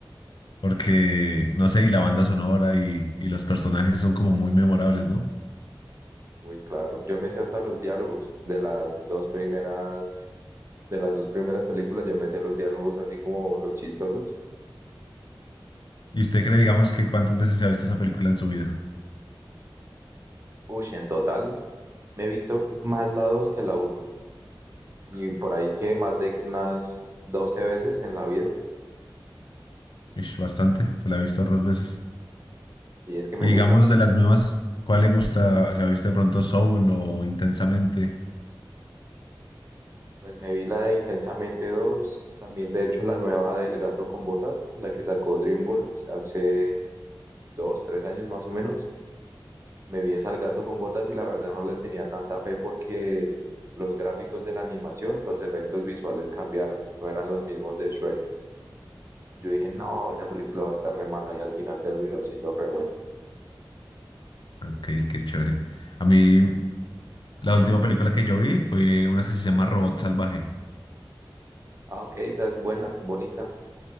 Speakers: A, on the left (about 60°); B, on the right (about 30°).
A: Porque, no sé, y la banda sonora y, y los personajes son como muy memorables, ¿no?
B: Uy, claro. Yo me sé hasta los diálogos de las dos primeras, de las dos primeras películas, yo me sé los diálogos así como los chistosos.
A: ¿Y usted cree, digamos, que cuántas veces se ha visto esa película en su vida?
B: Uy, en total me he visto más la 2 que la uno Y por ahí que más de unas 12 veces en la vida.
A: Ish, bastante, se la he visto otras veces.
B: Si es que me
A: Y
B: gusta.
A: digamos de las nuevas, ¿cuál le gusta? ¿Se ha visto de pronto Soul o Intensamente?
B: Pues me vi la de Intensamente dos, También, de hecho, la nueva del Gato con Botas, la que sacó DreamWorks hace dos, tres años más o menos. Me vi esa al Gato con Botas y la verdad no le tenía tanta fe porque los gráficos de la animación, los efectos visuales cambiaron. No eran los mismos de Shrek. Yo dije, no, esa película va a estar re mala y al final terminó siendo re buena.
A: Ok, qué chévere. A mí, la última película que yo vi fue una que se llama Robot Salvaje.
B: Ah, ok, esa es buena, bonita.